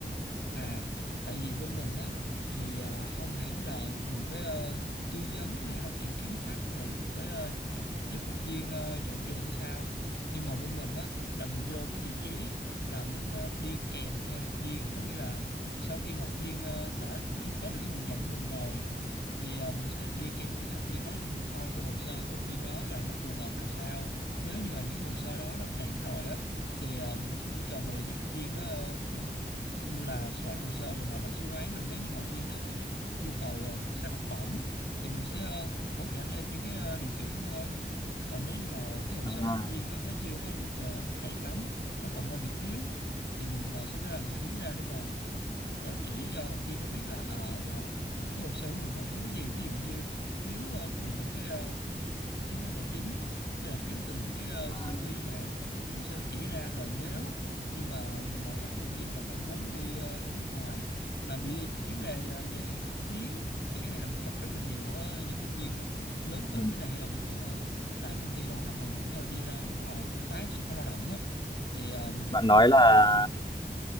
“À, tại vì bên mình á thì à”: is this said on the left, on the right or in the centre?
Left